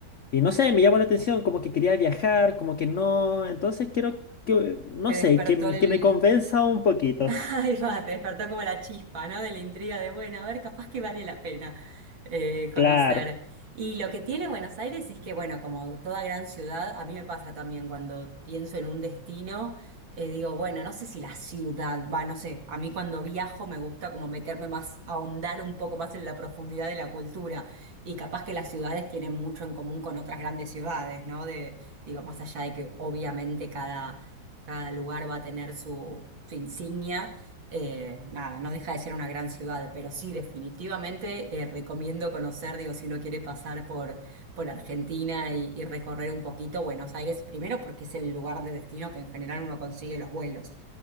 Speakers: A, on the left; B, on the right.
A: Y no sé, me llamó la atención, como que quería viajar, como que no. Entonces quiero que, no
B: ¿Te
A: sé,
B: despertó
A: que,
B: el,
A: que me convenza un poquito.
B: Ahí va, te despertó como la chispa, ¿no? De la intriga de, bueno, a ver, capaz que vale la pena eh, conocer.
A: Claro,
B: Y lo que tiene Buenos Aires es que, bueno, como toda gran ciudad, a mí me pasa también cuando pienso en un destino, eh, digo, bueno, no sé si la ciudad, va, no sé, a mí cuando viajo me gusta como meterme más, ahondar un poco más en la profundidad de la cultura. Y capaz que las ciudades tienen mucho en común con otras grandes ciudades, ¿no? De, digo, más allá de que obviamente cada, cada lugar va a tener su... su insignia, eh, nada, no deja de ser una gran ciudad, pero sí, definitivamente eh, recomiendo conocer, digo, si uno quiere pasar por, por Argentina y, y recorrer un poquito Buenos Aires, primero porque es el lugar de destino que en general uno consigue los vuelos.